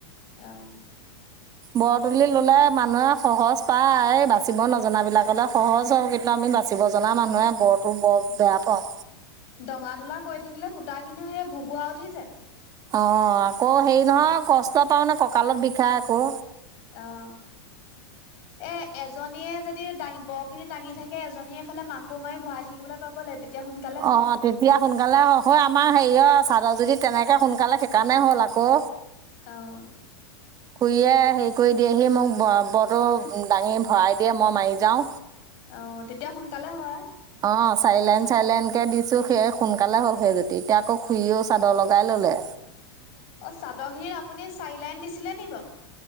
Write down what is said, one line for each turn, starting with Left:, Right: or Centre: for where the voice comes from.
Left: অঁ'
Right: বৰ তুলি ললে মানুহে সহজ পায় বাচিব নজাবিলাকলে সহজ হব, কিন্তু আমি বাচি- চিব জনা মানুহে বৰটো বৰ বেয়া পাওঁ।
Left: দঙা তোলা কৰি থাকিলে সূতা খিনিও সেই ভুবুৱা উঠি যায়।
Right: অঁ আকৌ হেৰি নহয় কষ্ট পাওঁ নে কঁকালত বিষায় আকৌ।
Left: অঁ' এ এজনীয়ে যদি দাঙ বৰ খিনি দাঙি থাকে এজনীয়ে এফালে মাকো মাৰি ভৰাই থাকিবলৈ পাব লাগে। তেতিয়া সোনকালে হয়।
Right: অঁ তেত- তিয়া সোনকালে হয় ক, আমাৰ হেৰিয় চাদৰ যুতি তেনেকে সোনকালে সেইকাৰণে হ'ল আকৌ।
Left: অঁ'
Right: খুৰীয়ে হেৰি কৰি দিয়েহি মোক বটো দাঙি ভৰাই দিয়ে মই মাৰি যাওঁ।
Left: অঁ তেতিয়া সোনকালে হয়।
Right: অঁ চাৰি লাইন চাৰি লাইনকে দিছো সেই সোনকালে হ'ল সেই যুতি, এতিয়া আকৌ খুৰিও চাদৰ লগাই ললে।
Left: অঁ চাদৰ খিনিত আপুনি চাৰি লাইন দিছিলে নি বাৰু?